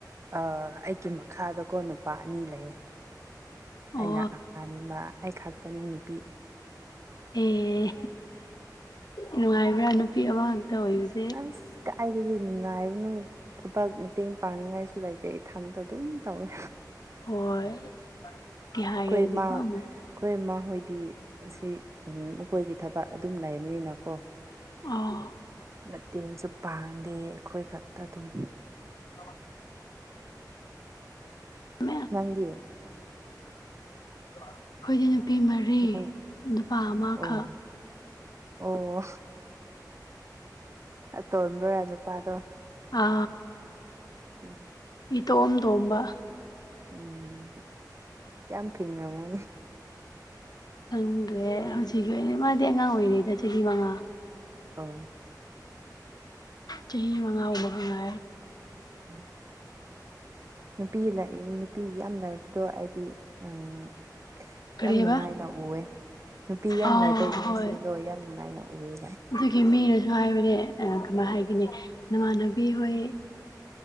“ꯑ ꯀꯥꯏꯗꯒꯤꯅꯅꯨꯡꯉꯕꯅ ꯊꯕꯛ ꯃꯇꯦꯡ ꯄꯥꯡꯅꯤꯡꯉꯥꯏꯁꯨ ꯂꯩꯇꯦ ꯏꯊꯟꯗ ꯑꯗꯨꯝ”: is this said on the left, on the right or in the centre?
Right